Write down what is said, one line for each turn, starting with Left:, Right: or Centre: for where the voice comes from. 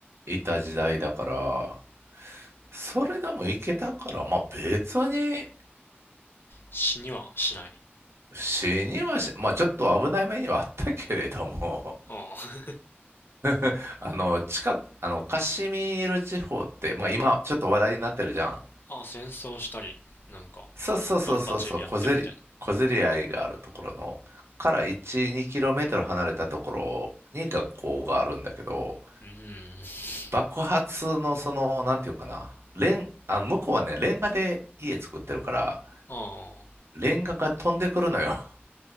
Right: いた時代だから、それでもいけたから、まあ、別に
Left: 死にはしない。
Right: 死にはし、まあ、ちょっと危ない目にはあったけれども、
Left: あ
Right: <laughs> あの、近く、あの、カシミール地方って、まあ、今、ちょっと話題になってるじゃん。
Left: あ、<laughs> ああ、戦争したり、なんか、
Right: そうそうそうそうそう、
Left: ドンパチやってるみたいな。
Right: 小競り、小競り合いがあるところの、から1、2キロメートル離れたところに学校があるんだけど、
Left: うーん。
Right: 爆発のその、なんていうのかな、レン、あ、向こうはね、レンガで家作ってるから、
Left: あ
Right: レンガが飛んでくるのよ。<laughs>